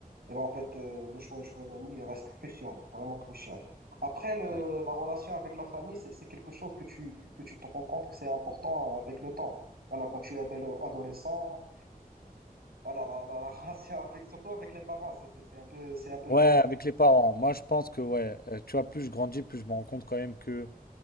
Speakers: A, on the right; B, on the left.
A: Et ben, en fait, euh, le choix, le choix d'amis, il reste crucial, vraiment crucial. Après, le,
B: Ouais.
A: la relation avec la famille, c'est, c'est quelque chose que tu, que tu te rends compte que c'est important avec le temps. Voilà, quand tu es adole- adolescent, voilà, la, la, la <laughs> relation avec, surtout avec les parents, c'est, c'est c'est un peu, c'est un peu
B: Ouais,
A: délicat.
B: avec les parents. Moi, je pense que, ouais, euh, tu vois, plus je grandis, plus je me rends compte quand même que